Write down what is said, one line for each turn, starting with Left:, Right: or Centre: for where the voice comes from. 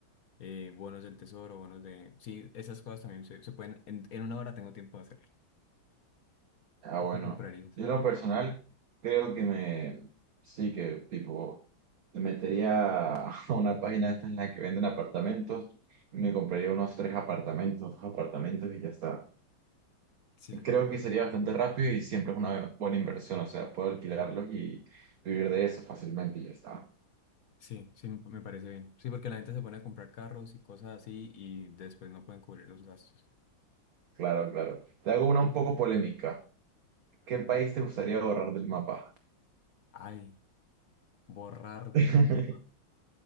Left: eh, bonos del tesoro, bonos de... Sí, esas cosas también se, se pueden... En, en una hora tengo tiempo de hacerlo.
Right: Ah, bueno.
Left: ¿Qué comprarías?
Right: Yo en lo personal creo que me... Sí, que tipo... Me metería a una página de estas en la que venden apartamentos y me compraría unos tres apartamentos, dos apartamentos y ya está.
Left: Sí.
Right: Creo que sería bastante rápido y siempre es una buena inversión, o sea, puedo alquilarlos y vivir de eso fácilmente y ya está.
Left: Sí, sí, me me parece bien. Sí, porque la gente se pone a comprar carros y cosas así y después no pueden cubrir los gastos.
Right: Claro, claro. Te hago una un poco polémica. ¿Qué país te gustaría borrar del mapa?
Left: Ay, borrar
Right: <laughs>
Left: del mapa.